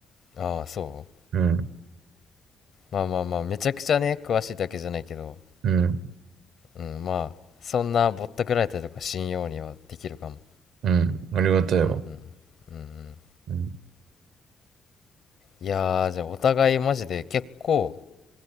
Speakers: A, on the left; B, on the right.
A: ああ、そ
B: うん。
A: う。まあまあまあ、めちゃくちゃね、詳しいだけじゃないけど、
B: うん。
A: うん、まあ、そんなぼったくられたりとか信用にはできるかも。
B: うん。ありがたいわ。
A: うんうん。うんうん。
B: うん。
A: いやー、じゃあお互いマジで結構